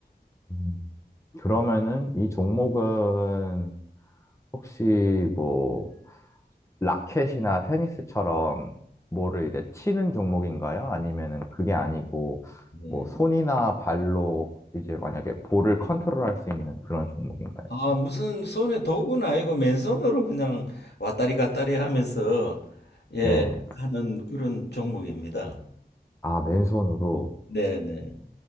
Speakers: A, on the left; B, on the left.
A: 음. 그러면은 이 종목은 혹시 뭐 라켓이나 테니스처럼 뭐를 이제 치는 종목인가요? 아니면은 그게 아니고
B: 네.
A: 뭐 손이나 발로 이제 만약에 볼을 컨트롤할 수 있는 그런 종목인가요?
B: 아, 무슨 손에 도구는 아니고 맨손으로 그냥 왔다리 갔다리 하면서 예,
A: 네.
B: 하는 그런 종목입니다.
A: 아, 맨손으로.
B: 네, 네.